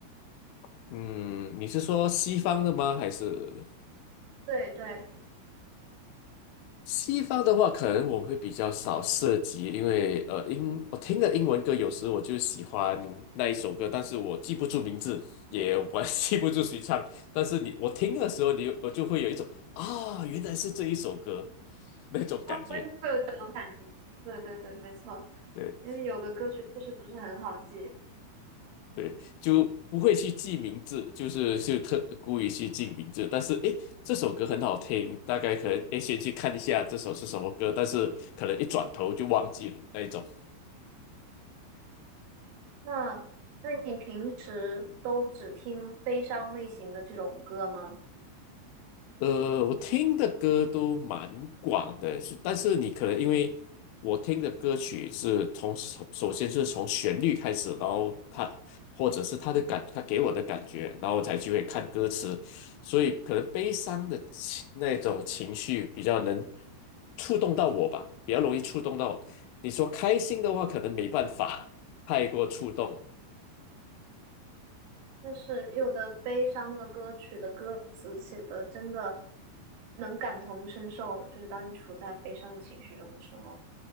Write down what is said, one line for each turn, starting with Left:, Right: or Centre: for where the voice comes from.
Left: <laughs> 嗯，你是说西方的吗？还是
Right: 对对，
Left: 西方的话，可能我会比较少涉及，因为呃英我听的英文歌，有时我就喜欢那一首歌，但是我记不住名字，也我 <laughs> 记不住谁唱，但是你我听的时候你，你我就会有一种啊，原来是这一首歌那种感觉，
Right: 就会有这种感觉。对对对，没错，
Left: 对。
Right: 因为有的歌曲确实不是很好记。
Left: 对，就不会去记名字，就是就特故意去记名字。但是诶，这首歌很好听，大概可能诶先去看一下这首是什么歌，但是可能一转头就忘记了那一种。
Right: 那那你平时都只听悲伤类型的这种歌吗？
Left: 呃，我听的歌都蛮广的，是但是你可能因为我听的歌曲是从首首先是从旋律开始，然后它或者是他的感，他给我的感觉，然后我才去会看歌词，所以可能悲伤的情那种情绪比较能触动到我吧，比较容易触动到。你说开心的话，可能没办法太过触动，
Right: 就是有的悲伤的歌曲的歌词写的真的能感同身受，就是当你处在悲伤的情绪中的时候。